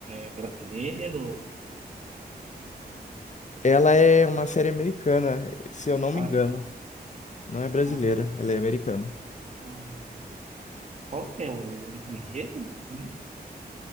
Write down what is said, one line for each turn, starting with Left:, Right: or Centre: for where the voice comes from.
Right: é brasileiro?
Left: Ela é uma série americana, se eu não me
Right: Ah,
Left: engano. Não é brasileira,
Right: ah,
Left: ela é americana.
Right: ah. qual que é o, en- o enredo? Sim.